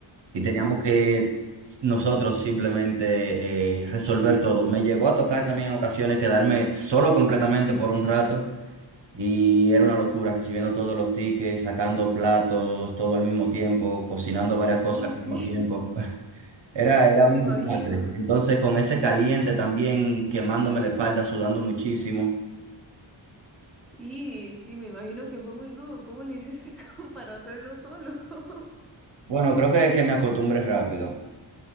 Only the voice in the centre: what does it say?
Y
no,
sí,
<laughs>
me
imagino.
Y sí, me imagino que fue muy rudo. ¿Cómo le hiciste <laughs> como para hacerlo solo? <laughs>